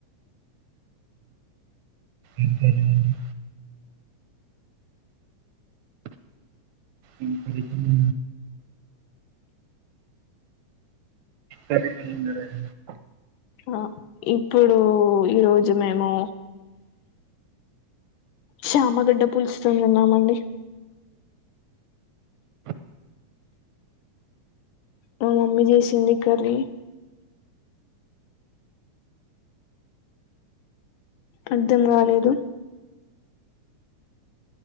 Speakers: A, on the right; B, on the left.
A: ఇంకా తిన <inaudible> ఈ పరిచయం పరిచయం ఉన్నారండి.
B: ఆ ఇప్పుడు ఈరోజు మేము శ్యామగడ్డ పులుచుతో తిన్నామండి మా మమ్మీ చేసింది కర్రీ అర్ధం కాలేదు